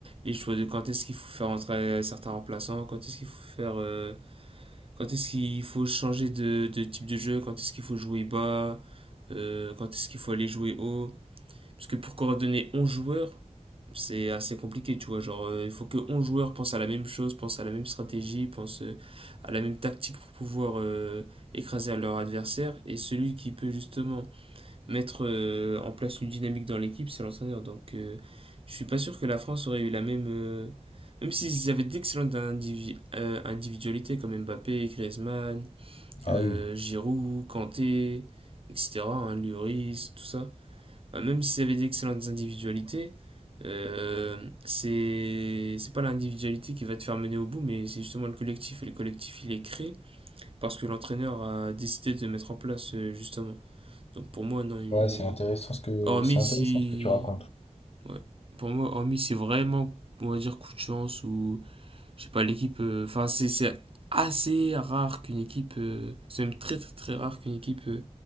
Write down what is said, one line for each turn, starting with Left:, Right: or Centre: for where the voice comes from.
Right: les choix de quand est-ce qu'il faut faire entrer certains remplaçants, quand est-ce qu'il faut faire, euh, quand est-ce qu'il faut changer de, de type de jeu, quand est-ce qu'il faut jouer bas, euh, quand est-ce qu'il faut aller jouer haut. Parce que pour coordonner 11 joueurs, c'est assez compliqué, tu vois. Genre, euh, il faut que 11 joueurs pensent à la même chose, pensent à la même stratégie, pensent euh, à la même tactique pour pouvoir euh, écraser leur adversaire. Et celui qui peut justement mettre euh, en place une dynamique dans l'équipe, c'est l'entraîneur. Donc, euh, je suis pas sûr que la France aurait eu la même. euh, même s'ils avaient d'excellentes indivi- euh, individualités comme Mbappé, Griezmann,
Left: Ah
Right: euh,
Left: oui.
Right: Giroud, Kanté, etc., hein, Lloris, tout ça bah, même s'ils avaient d'excellentes individualités, euh, c'est c'est pas l'individualité qui va te faire mener au bout, mais c'est justement le collectif. Et le collectif, il est créé parce que l'entraîneur a décidé de mettre en place, euh, justement. Donc pour moi, non, il
Left: Ouais,
Right: n'est.
Left: c'est intéressant ce que
Right: Hormis
Left: c'est intéressant
Right: si.
Left: ce que tu racontes.
Right: Ouais. Pour moi, hormis si vraiment, on va dire, coup de chance ou. Je sais pas, l'équipe. euh, Enfin, c'est c'est assez rare qu'une équipe. euh, C'est même très, très, très rare qu'une équipe euh,